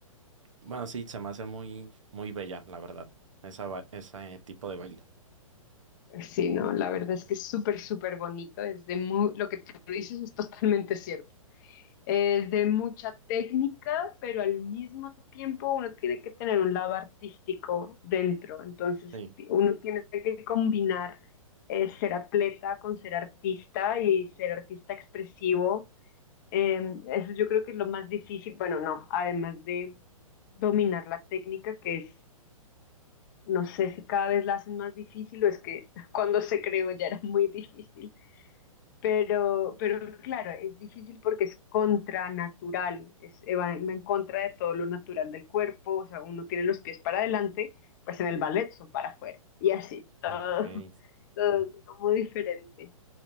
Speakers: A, on the right; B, on the left.
A: bueno, sí, se me hace muy, muy bella, la verdad, esa, ba- ese tipo de baile.
B: Pues Sí, no, la verdad es que es súper, súper bonito. Es de mu- lo que tú dices es totalmente cierto. Es de mucha técnica, pero al mismo tiempo uno tiene que tener un lado artístico dentro. Entonces,
A: Sí,
B: ti- uno tiene que combinar eh, ser atleta con ser artista y ser artista expresivo. Em, eso yo creo que es lo más difícil. Bueno, no, además de dominar la técnica, que es no sé si cada vez la hacen más difícil o es que <laughs> cuando se creó ya era muy difícil. Pero, pero claro, es difícil porque es contranatural, es, eh, va en va en contra de todo lo natural del cuerpo, o sea, uno tiene los pies para adelante, pues en el ballet son para afuera, y así, todo,
A: ok.
B: <laughs> todo
A: Ujú.
B: muy diferente.